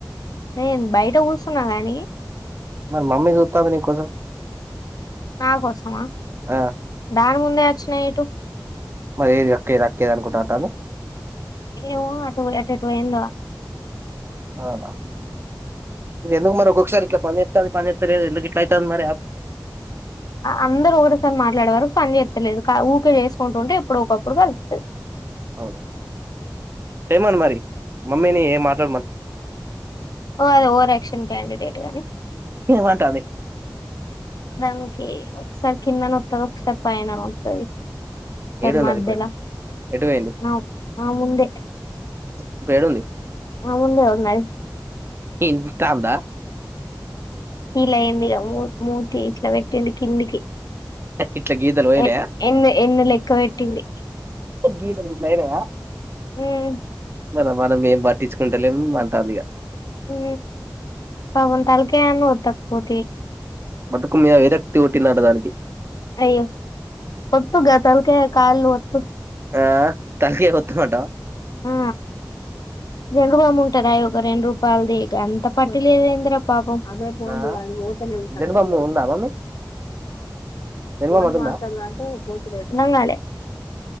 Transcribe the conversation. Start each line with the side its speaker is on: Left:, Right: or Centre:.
Left: నేను బయట కూసున్నా కాని
Right: మరి మమ్మీ చూస్తాంది నీకోసం
Left: నా కోసమా
Right: ఆ
Left: దాని ముం దే అచ్చినా ఇటు
Right: మరి ఏది అక్కేది అక్కేది అనుకుంటుంటా ఉంటాది
Left: ఏమో అటు ఎటు అటు పోయిందో
Right: ఔనా ఇది ఎందుకు మరి ఒక్కొసారి ఇట్లా పని జేత్తాంది పనిజేత్తలేరు ఎందుకు ఇట్లా ఇతాంది మరి అప్
Left: అందరూ ఒకటేసారి మాట్లాడే వరకు పని చేత్తలేదు ఊకే చేసుకుంటుంటే ఇప్పుడో ఒకప్పుడు కలుత్తది
Right: అవునా చేమన్ మరి మమ్మీని మాట్లాడ మను
Left: ఓ అది ఓవర్ యాక్షన్ క్యాండిడేట్ ఆని
Right: ఏమంటాంది
Left: మనకి ఒకసారి కిందనొత్తవ ఒకసారి పైన అతుంది సార్
Right: ఏడున్నది
Left: మధ్యలా
Right: ఇప్పుడు ఎటు పోయింది
Left: ఆవ్ ఆ ముందే
Right: ఇప్పుడు ఏడుంది
Left: ఆ ముందే ఉన్నాయి
Right: ఇ ఇన్పిస్తాందా
Left: పీల్ అయ్యిందిగా మూ మూతి ఇట్ల పెట్టింది కిందికి
Right: ఇట్లా గీతలు పోయినాయా
Left: ఎ ఎన్ని ఎన్ని లెక్క పెట్టింది
Right: గీత గీట్లాయినాయా
Left: హ్మ్
Right: మన మనం ఏం పట్టించుకుంటలేం అంటాంది ఇగ
Left: ఉ పవన్ తాలగనుద్ద పోతే
Right: మదకు మీ విరక్తి ఒటి నాడడానికి
Left: అయ్యో ఒత్త గతలక కాల్ ఒతు
Right: ఆ తలకియ గుతు మాట
Left: ఆ జండు బామ్ ఉంటార ఒక రెండు రూపాయలుది ఇక అంత పట్టి లేదుేందరా పాపం అవే ఫోండు
Right: ఆ
Left: అని మోతలే
Right: జనబామ్
Left: కయ
Right: ఉందా మమ్మీ జనబామ్
Left: ఫోన్
Right: అటు
Left: మస్తడు
Right: ఉందా
Left: అంటే నంగాలే